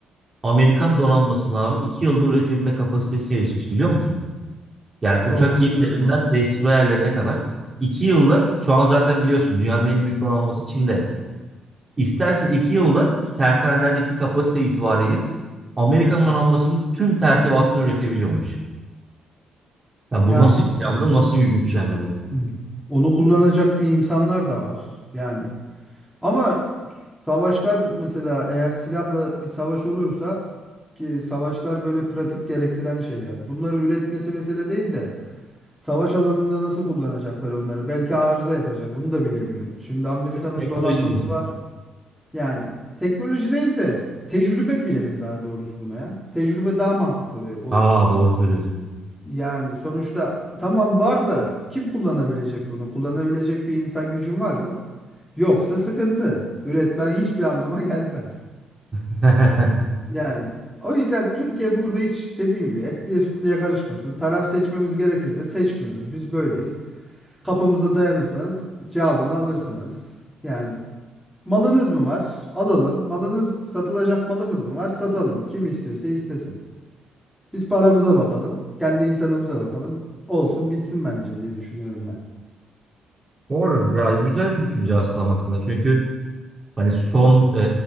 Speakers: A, on the right; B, in the centre.
A: Amerikan donanmasını abi iki yılda üretebilme kapasitesi erişmiş biliyor musun? Yani uçak
B: Yok bilmiyorum
A: gemilerinden
B: onu.
A: destroyerlerine kadar. iki yılda şu an zaten biliyorsun dünyanın en büyük donanması Çin'de. İsterse iki yılda tersanelerdeki kapasite itibariyle Amerika'nın donanmasının tüm tertibatını üretebiliyormuş. Ya
B: Yani
A: bu nasıl bir yandım, nasıl bir güç yani bu?
B: hmm, onu kullanacak bir insanlar da var. Yani ama savaşlar mesela eğer silahla bir savaş olursa ki savaşlar böyle pratik gerektiren şeyler. Bunları üretmesi mesele değil de savaş alanında nasıl kullanacaklar onları? Belki arıza yapacak. Onu da bilemiyoruz. Şimdi Amerika'nın
A: Teknoloji
B: donanması
A: diyorsun.
B: var. Yani teknoloji değil de tecrübe diyelim daha doğrusu buna ya. Tecrübe daha mantıklı bir olur.
A: Aa doğru söylüyorsun.
B: Yani sonuçta tamam var da kim kullanabilecek bunu? Kullanabilecek bir insan gücün var mı? Yoksa sıkıntı. Üretmen hiçbir anlama gelmez.
A: <laughs>
B: Yani o yüzden Türkiye burada hiç dediğim gibi etliye sütlüye karışmasın. Taraf seçmemiz gerekir de seçmiyoruz. Biz böyleyiz. Kapımıza dayanırsanız cevabını alırsınız. Yani Malınız mı var? Alalım. Malınız satılacak malımız mı var? Satalım. Kim istiyorsa istesin. Biz paramıza bakalım. Kendi insanımıza bakalım. Olsun bitsin bence diye düşünüyorum ben.
A: Doğru. Ya güzel bir düşünce aslında baktığında. Çünkü hani son e,